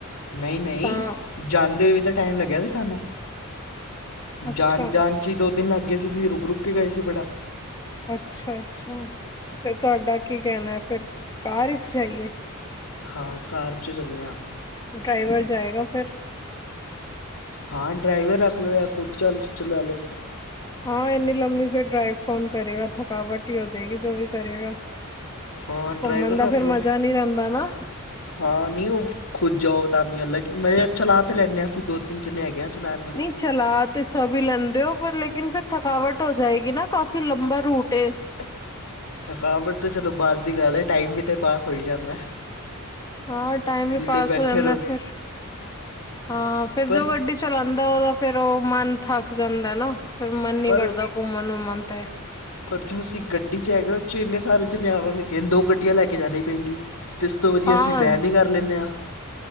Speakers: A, on the left (about 80°); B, on the left (about 20°).
A: ਨਹੀਂ- ਨਹੀਂ
B: ਤਾਂ
A: ਜਾਂਦੇ ਵੀ ਤਾਂ ਟਾਈਮ ਲੱਗਿਆ ਸੀ ਸਾਨੂੰ,
B: ਅੱਛਾ
A: ਜਾਣ -ਜਾਣ। ਅਸੀਂ ਦੋ -ਦਿਨ ਲੱਗ ਗਏ ਸੀ, ਅਸੀ ਰੁਕ -ਰੁੱਕ ਕੇ ਗਏ ਸੀ ਬੜਾ।
B: ਅੱਛਾ -ਅੱਛਾ ਤੇ ਤੁਹਾਡਾ ਕੀ ਕਹਿਣਾ ਹੈ ਫਿਰ, ਕਾਰ ਵਿੱਚ ਜਾਈਏ।
A: ਹਾਂ, ਕਾਰ ਚ ਚਲਿਆ।
B: ਡਰਾਈਵਰ ਜਾਏਗਾ ਫਿਰ।
A: ਹਾਂ ਡਰਾਈਵਰ ਰੱਖ ਲਓ, ਜਾਂ ਕੁਛ ਚੱਲ ਚਲਾ ਲੋ।
B: ਹਾਂ ਇੰਨੀ ਲੰਮੀ ਫਿਰ ਡਰਾਈਵ ਕੌਣ ਕਰੇਗਾ, ਥਕਾਵਟ ਹੀ ਹੋ ਜਾਏਗੀ ਜੋ ਵੀ ਕਰੇਗਾ।
A: ਹਾਂ ਡਰਾਈਵਰ
B: ਘੁੰਮਣ ਦਾ
A: ਰੱਖ
B: ਫਿਰ
A: ਲਓ
B: ਮਜ਼ਾ ਨਹੀਂ ਰਹਿੰਦਾ ਨਾ।
A: ਹਾਂ ਨੀ ਉਹ ਖੁਦ ਜਾਓ ਤਾਂ ਅਲੱਗ ਮਜਾ ਚਲਾ ਤੇ ਲੈਨੇ ਅਸੀਂ ਦੋ -ਤਿੰਨ ਜਾਣੇ ਹੈਗੇ। ਚਲਾਨ ਮਤਲਬ।
B: ਨਹੀਂ ਚਲਾ ਤੇ ਸਭ ਹੀ ਲੈਂਦੇ ਹੋ, ਪਰ ਲੇਕਿਨ ਫਿਰ ਥਕਾਵਟ ਹੋ ਜਾਏਗੀ ਨਾ ਕਾਫ਼ੀ ਲੰਬਾ ਰੂਟ ਐ।
A: ਥਕਾਵਟ ਤਾਂ ਚਲੋ ਬਾਅਦ ਦੀ ਗੱਲ ਹੈ, ਟਾਈਮ ਵੀ ਤੇ ਪਾਸ ਹੋਈ ਜਾਂਦਾ।
B: ਹਾਂ ਟਾਈਮ ਵੀ
A: ਨਹੀਂ
B: ਪਾਸ
A: ਤੇ ਬੈਠੇ
B: ਹੋ ਜਾਂਦਾ,
A: ਰਹੋ
B: ਫਿਰ ਹਾਂ ਫਿਰ
A: ਪਰ
B: ਜੋ ਗੱਡੀ। ਚਲਾਦਾ ਉਹਦਾ ਫਿਰ ਉਹ ਮਨ ਥੱਕ ਜਾਂਦਾ ਨਾ, ਫਿਰ ਮਨ
A: ਪਰ
B: ਨੀ ਕਰਦਾ ਘੁੰਮਣ ਘੁੰਮਣ ਤੇ।
A: ਪਰ ਜੋ ਅਸੀਂ ਗੱਡੀ ਚ ਹੈਗਾ ਉਹ ਚ ਇੰਨੇ ਸਾਰੇ ਚ ਲਿਆਵਾਂਗੇ ਕਹਿੰਦੇ ਦੋ ਗੱਡੀਆਂ ਲੈ ਕੇ ਜਾਣੀ ਪਏਗੀ। ਇਸ ਤੋਂ ਵਧੀਆ,
B: ਹਾਂ
A: ਅਸੀਂ ਵੈਨ ਹੀ ਕਰ ਲੈਂਦੇ ਹਾਂ।